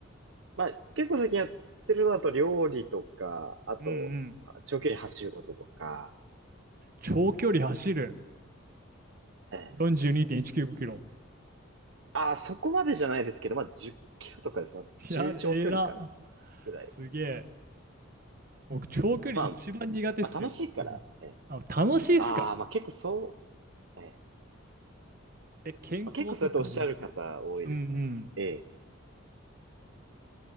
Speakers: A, on the right; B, on the right.
A: まあ、結構最近やってるのだと料理とか、あと、
B: うんうん。
A: 長距離走ることとか、
B: 長距離走る。
A: ええ。
B: 42.195キロ。
A: あ、そこまでじゃないですけど、まあ、10キロとかです。まあ、中長距離かな、
B: いや、えら。
A: ぐらい。
B: すげえ。僕、長距離一番苦手っすよ、
A: まあ、まあ、楽しいから、
B: 本当に。
A: ええ。
B: あ、楽しいっすか
A: ああ、まあ結構そう、ええ。
B: え、健康とかじゃなくて。
A: まあ、結構そうやっておっしゃる方多いですね。
B: うんうん。
A: ええ。